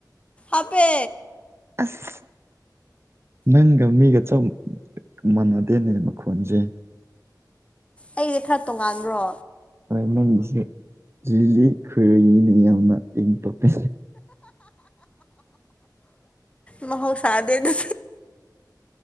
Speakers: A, on the left; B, on the right.
A: ꯑꯄꯦ
B: ꯑꯁ ꯅꯪꯒ ꯃꯤꯒ ꯆ ꯃꯥꯟꯅꯗꯦꯅꯦ ꯃꯈꯣꯟꯁꯦ
A: ꯑꯩꯗꯤ ꯈꯔ ꯇꯣꯡꯉꯥꯟꯕ꯭ꯔꯣ
B: ꯍꯣꯏ ꯅꯪꯒꯤꯁꯦ ꯂꯤꯜꯂꯤ ꯈꯔꯨꯅꯦ ꯌꯥꯝꯅ ꯏ ꯇꯣꯄꯤ
A: ꯃꯍꯧ ꯁꯥꯗꯦ ꯅ